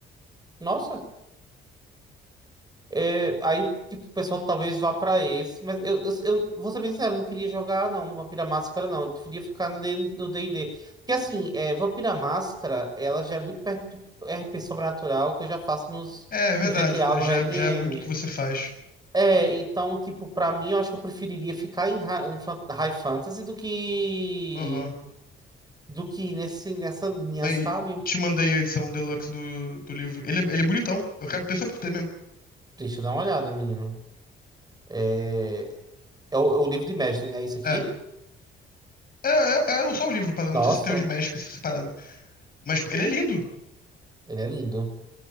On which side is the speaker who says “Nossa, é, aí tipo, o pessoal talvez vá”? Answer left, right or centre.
Right